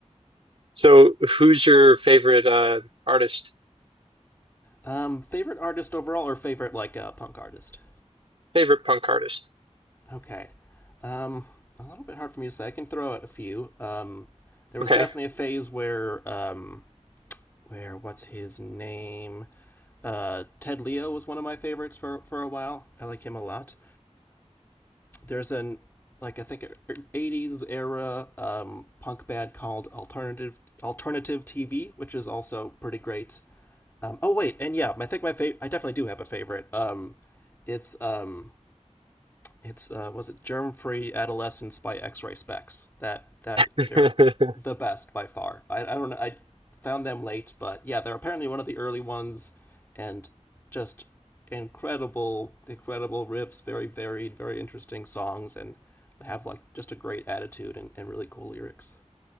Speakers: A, on the right; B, on the left.
A: so who's your favorite uh artist?
B: Um, favorite artist overall, or favorite like uh, punk artist?
A: Favorite punk artist.
B: Okay. Um, a little bit hard for me to say. I can throw out a few. Um, there
A: Okay.
B: was definitely a phase where, um, where what's his name? Uh, Ted Leo was one of my favorites for for a while. I like him a lot. There's an like I think '80s era um, punk band called Alternative Alternative TV, which is also pretty great. Um, oh wait, and yeah, I think my favorite. I definitely do have a favorite. Um, it's um it's uh, was it Germ Free Adolescence by X Ray Specs. That that
A: <laughs>
B: they're the best by far. I, I don't know. I found them late, but yeah, they're apparently one of the early ones, and just incredible, incredible riffs. Very varied, very interesting songs, and have like just a great attitude and, and really cool lyrics.